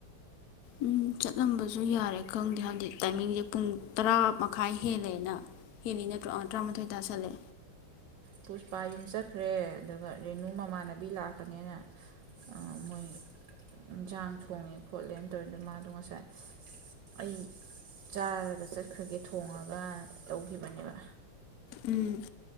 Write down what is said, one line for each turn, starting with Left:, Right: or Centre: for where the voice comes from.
Left: ꯎꯝ ꯆꯠꯂꯝꯕꯁꯨ ꯌꯥꯔꯦ ꯈꯪꯗꯦ ꯍꯥꯏꯕꯗꯤ ꯇꯥꯏꯃꯤꯡꯁꯦ ꯄꯨꯡ ꯇꯔꯥ ꯃꯈꯥꯏ ꯍꯦꯜꯂꯦꯅ ꯍꯦꯜꯂꯤ ꯅꯠꯇ꯭ꯔꯣ ꯑꯪ ꯇꯔꯥꯃꯊꯣꯏ ꯇꯥꯁꯜꯂꯦ
Right: ꯄꯨꯁꯄꯥ ꯌꯨꯝ ꯆꯠꯈ꯭ꯔꯦ ꯑꯗꯨꯒ ꯔꯦꯅꯨ ꯃꯃꯥꯟꯅꯕꯤ ꯂꯥꯛꯀꯅꯦꯅ ꯑ ꯃꯣꯏ ꯏꯟꯁꯥꯡ ꯊꯣꯡꯉꯤ ꯈꯣꯠꯂꯤꯅ ꯇꯧꯔꯤꯗꯨ ꯃꯥꯗꯨ ꯉꯁꯥꯏ ꯑꯩ ꯆꯥꯔꯒ ꯆꯠꯈ꯭ꯔꯒꯦ ꯊꯣꯡꯉꯒꯅ ꯇꯧꯈꯤꯕꯅꯦꯕ
Left: ꯎꯝ